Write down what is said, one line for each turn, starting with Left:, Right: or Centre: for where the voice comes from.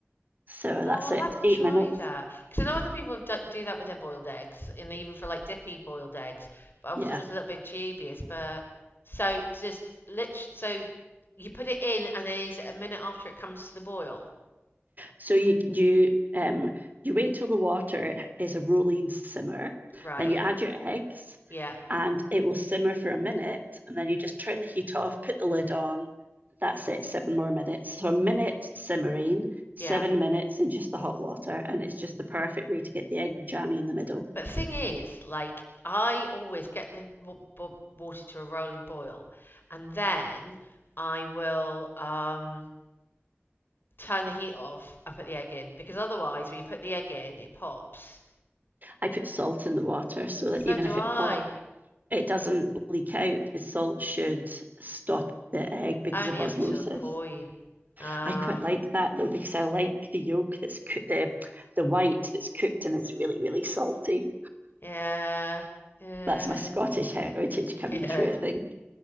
Right: so
Left: Oh,
Right: that's
Left: I'll
Right: it.
Left: have to
Right: Eight
Left: try
Right: minutes.
Left: that. Because I know other people have do, do that with their boiled eggs, and even for like dippy boiled eggs. But I was
Right: Yeah.
Left: always a little bit dubious. But so just lit. So you put it in, and then is it a minute after it comes to the boil?
Right: So you you um you wait till the water is a rolling simmer,
Left: Right.
Right: then you add your eggs
Left: Yeah,
Right: and it will simmer for a minute and then you just turn the heat off, put the lid on. That's it, seven more minutes. So a minute simmering, seven
Left: yeah.
Right: minutes in just the hot water, and it's just the perfect way to get the egg jammy in the middle.
Left: But the thing is, like, I always get the wa- bo- water to a rolling boil, and then I will. Um, turn the heat off and put the egg in because otherwise, when you put the egg in, it pops.
Right: I put salt in the water so
Left: So
Right: that even
Left: do
Right: if
Left: I.
Right: it pops, it doesn't leak out. The salt should stop the egg because
Left: Only
Right: of osmosis.
Left: up to a point. Um,
Right: I quite like that though because I like the yolk that's cooked, the the white that's cooked and it's really really salty.
Left: yeah, yeah,
Right: That's my Scottish heritage coming
Left: <laughs> yeah.
Right: through, I think.